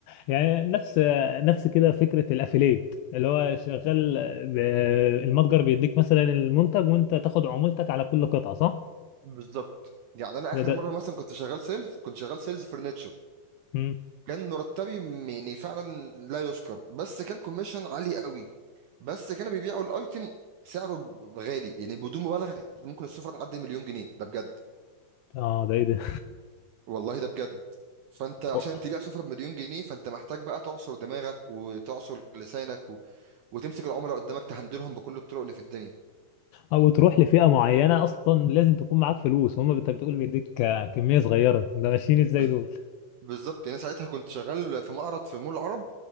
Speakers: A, on the left; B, on the right.
A: يعني نفس نفس كده فكره الافيليت اللي هو شغال ب- المتجر بيديك مثلا المنتج وانت تاخد عمولتك على كل قطعه صح؟
B: بالظبط يعني انا
A: ده
B: اخر
A: ده
B: مره مثلا كنت شغال سيلز كنت شغال سيلز فرنتشر
A: مم.
B: كان مرتبي م- يعني فعلا لا يذكر بس كان كوميشن عالي قوي بس كانوا بيبيعوا الايتم سعره ب- غالي يعني بدون مبالغه ممكن السفره تعدي مليون جنيه ده بجد
A: اه ده ايه ده؟
B: والله ده بجد فانت عشان
A: <laughs>
B: تبيع سفرة بمليون جنيه فانت محتاج بقى تعصر دماغك وتعصر لسانك و... وتمسك العملاء قدامك تهندلهم بكل الطرق اللي في الدنيا
A: او تروح لفئه معينه اصلا لازم تكون معاك فلوس هم انت بتقول بيديك كميه صغيره ده ماشيين ازاي
B: بز...
A: دول
B: بالظبط يعني ساعتها كنت شغال في معرض في مول العرب